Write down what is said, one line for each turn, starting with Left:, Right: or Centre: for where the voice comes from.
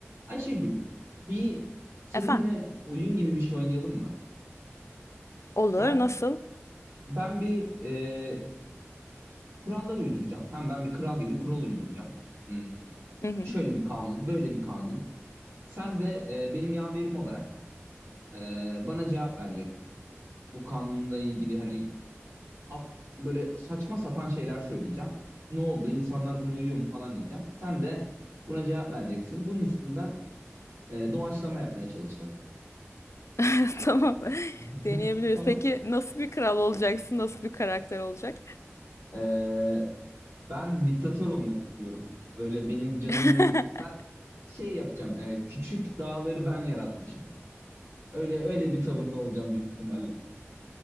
Right: Ayşegül, bir seninle
Left: Efendim?
Right: oyun gibi bir şey oynayalım mı?
Left: Olur.
Right: Ben
Left: Nasıl?
Right: ben bir e, kurallar uyduracağım. Tamam ben bir kral gibi kural uyduracağım. Hmm,
Left: Hı hı.
Right: şöyle bir kanun, böyle bir kanun. Sen de e, benim yaverim olarak e, bana cevap vereceksin. Bu kanunla ilgili hani ap- böyle saçma sapan şeyler söyleyeceğim. Ne oldu? İnsanlar buna uyuyor mu falan diyeceğim. Sen de buna cevap vereceksin. Bunun üstünden e, doğaçlama yapmaya çalışacağız.
Left: <laughs> Tamam.
Right: <laughs>
Left: Deneyebiliriz.
Right: Tamam.
Left: Peki nasıl bir kral olacaksın? Nasıl bir karakter olacak?
Right: Ee, Ben diktatör olmak istiyorum. Böyle benim canımın
Left: <laughs>
Right: iste- ben şey yapacağım. e, küçük dağları ben yaratmışım. Öyle öyle bir tavırda olacağım büyük ihtimalle.